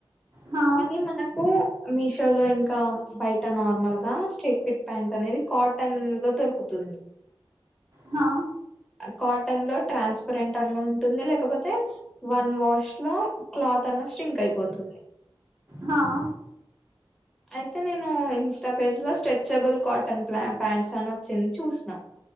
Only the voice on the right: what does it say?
హా
హా
హాఁ